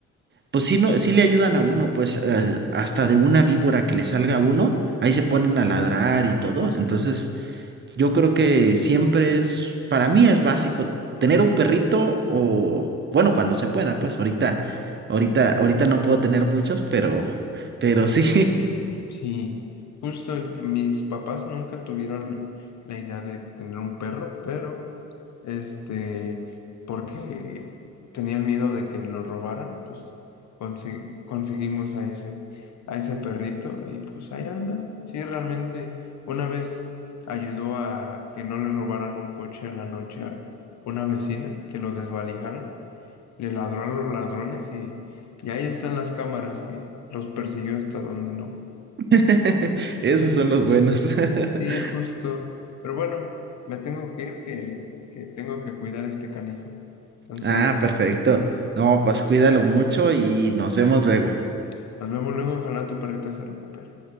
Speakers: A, on the right (about 35°); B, on the left (about 65°).
A: pues sí, no, sí le ayudan a uno, pues eh, hasta de una víbora que le salga a uno, ahí se ponen a ladrar y todo.
B: justo.
A: Entonces, yo creo que siempre es, para mí es básico tener un perrito o, bueno, cuando se pueda, pues ahorita, ahorita, ahorita no puedo tener muchos, pero, pero sí,
B: Sí, justo mis papás nunca tuvieron la idea de tener un perro, pero este, porque tenían miedo de que lo robaran, pues consi- conseguimos a ese, a ese perrito y pues ahí anda. Sí, realmente una vez ayudó a que no le robaran un coche en la noche a una vecina, que lo desvalijaran, le ladró a los ladrones y, y ahí están las cámaras que los persiguió hasta donde no.
A: <laughs> esos
B: Sí.
A: son los buenos.
B: Sí,
A: <laughs>
B: justo. Pero bueno, me tengo que ir que, que tengo que cuidar a este canijo. Entonces,
A: Ah, perfecto. No, pues cuídalo mucho y nos
B: claro.
A: vemos luego.
B: Nos vemos luego, ojalá tu perrita se recupere.